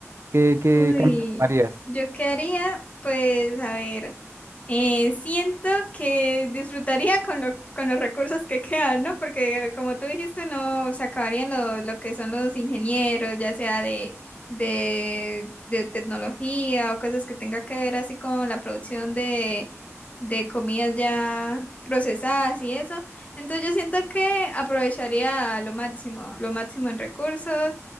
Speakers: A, on the right; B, on the left.
A: ¿Qué, qué
B: Uy,
A: Mm. camino tomarías?
B: yo qué haría, pues a ver, eh, siento que disfrutaría con, lo- con los recursos que quedan, ¿no? Porque como tú dijiste, no se acabarían los- lo que son los ingenieros, ya sea de, de, de tecnología o cosas que tenga que ver así con la producción de, de comidas ya procesadas y eso. Entonces yo siento que aprovecharía lo máximo, lo máximo en recursos.